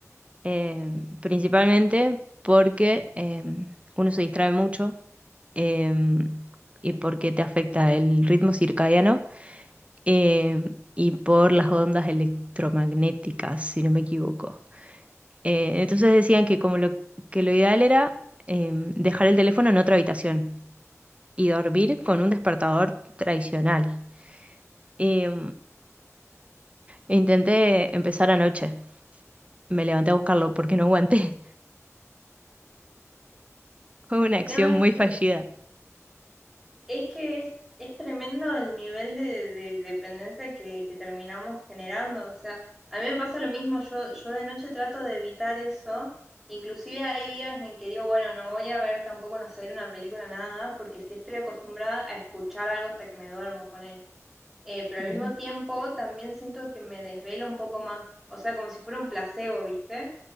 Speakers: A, on the right; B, in the centre.
A: Eh, principalmente porque eh, uno se distrae mucho eh, y porque te afecta el ritmo circadiano eh, y por las ondas electromagnéticas, si no me equivoco. Eh, entonces decían que como lo, que lo ideal era eh, dejar el teléfono en otra habitación y dormir con un despertador tradicional. Eh, intenté empezar anoche, me levanté a buscarlo porque no aguanté. <laughs> Fue una acción
B: No, es
A: muy
B: que
A: fallida.
B: Es que es, es tremendo el nivel de, de dependencia que, que terminamos generando. O sea, a mí me pasa lo mismo, yo, yo de noche trato de evitar eso. Inclusive hay días en que digo, bueno, no voy a ver tampoco una serie, una película, nada, porque si estoy acostumbrada a escuchar algo hasta que me duerma, ponele. Eh, pero
A: mira
B: al mismo tiempo también siento que me desvelo un poco más. O sea, como si fuera un placebo, ¿viste?